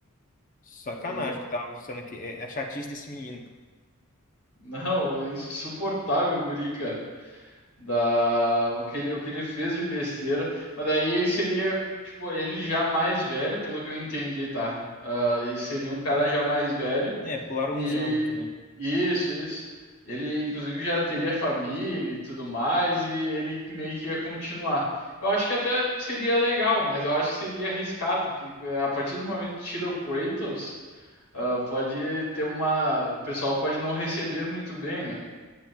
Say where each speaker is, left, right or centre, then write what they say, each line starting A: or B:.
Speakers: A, on the left; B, on the left.
A: Sacanagem
B: O...
A: que
B: <laughs>
A: tava sendo aqui. É a chatice desse menino.
B: Não, insuportável o guri, cara. da o que ele, o que ele fez de besteira, mas daí ele seria, tipo, ele já mais velho, pelo que eu entendi, tá? Ah, ele seria um cara
A: Hum?
B: já mais velho
A: É, pularam
B: Rico.
A: uns anos, né?
B: e isso, isso. Ele inclusive já teria família e tudo mais e ele meio que ia continuar. Eu acho que até seria legal, mas eu acho que seria arriscado, porque eh, a partir do momento que tira o Kratos, ah, pode ter uma, o pessoal pode não receber muito bem, né?